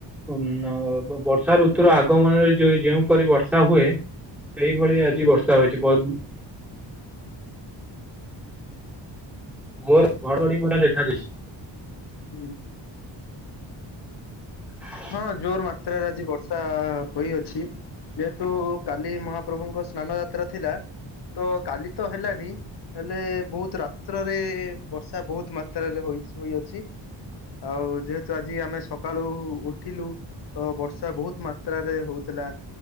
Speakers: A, in the centre; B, on the left.
A: ଉଁ ଆଁ ବୋ ବ ବର୍ଷା ଋତୁର ଆଗମନରେ ଯୋଉ ଯେଉଁ ପରି ବର୍ଷା ହୁଏ ସେଇଭଳି ଆଜି
B: ହୁଁ।
A: ବର୍ଷା ହୋଇଚି ବ ବୁ ଘୋର ଘଡଘଡି ବଡ଼ା ଦେଖା ଦେଇଚି।
B: ହୁଁ।
A: <inaudible>
B: ହଁ ଜୋର ମାତ୍ରାରେ ଆଜି ବର୍ଷା ହୋଇଅଛି। ଯେହେତୁ କାଲି ମହାପ୍ରଭୁଙ୍କ ସ୍ନା ସ୍ନାନ ଯାତ୍ରା ଥିଲା ତ କାଲି ତ ହେଲାନି। ହେଲେ ବହୁତ ରାତ୍ରରେ ବର୍ଷା ବହୁତ ମାତ୍ରାରେ ହୋଇଚି ହୋଇଅଛି। ଆଉ ଯେହେତୁ ଆଜି ଆମେ ସ କାଳୁ ଉଠିଲୁ ତ ବର୍ଷା ବହୁତ ମାତ୍ରାରେ ହୋଉଥିଲା।